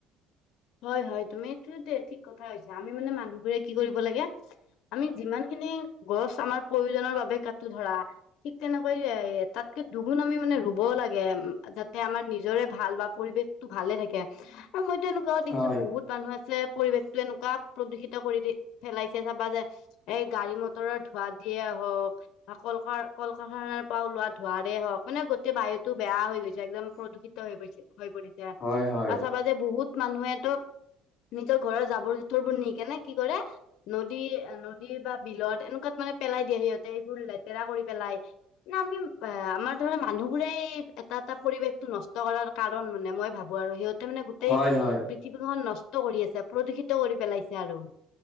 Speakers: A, on the left (about 70°); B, on the left (about 40°).
A: হয়-হয় তুমি ঠিক কথাই কৈছা আমি মানে মানুহবোৰে কি কৰিব লাগে আমি যিমান খিনি গছ আমাৰ প্ৰয়োজনৰ বাবে কাটো ধৰা ঠিক তেনেকৈ যায় তাতকে দুগুণ আমিও মানে ৰুবও লাগে যাতে আমাৰ নিজৰে ভাল বা পৰিৱেশ ভালে থাকে আৰু মইতো এনেকোৱাও দেখিছো
B: হয়
A: বহুত মানুহ আছে পৰিৱেশতো এনেকোৱা প্ৰদূষিত কৰি দি পেলাইছে চাবা যে এই গাড়ী মটৰৰ ধোঁৱা দিয়ে হওক বা কল কাৰ কল কাৰাখানাৰ পৰা ওলোৱা ধোঁৱাৰে হওক মানে গোটেই বায়ুত টো বেয়া হৈ গৈছে একদম প্ৰদূষিত হৈ গৈছে হৈ পৰিছে
B: হয় হয়
A: বা চাবা যে বহুত মানুহে ত নিজৰ ঘৰৰ জাবৰ জোথৰবোৰ নি কেনে কি কৰে নদী-নদী বা বিলত এনেকোৱাত মানে পেলাই দিয়ে সিহঁতে এইবোৰ লেতেৰা কৰি পেলাই। নামিম। অ, আমাৰ ধৰা মানুহবোৰেই এটা-এটা পৰিৱেশটো নষ্ট কৰাৰ কাৰণ মানে মই ভাবো আৰু সিহঁত ত মানে গোটেই
B: হয়
A: পৃথিৱীখন
B: হয়
A: নষ্ট কৰি আছে প্ৰদূষিত কৰি পেলাইছে আৰু।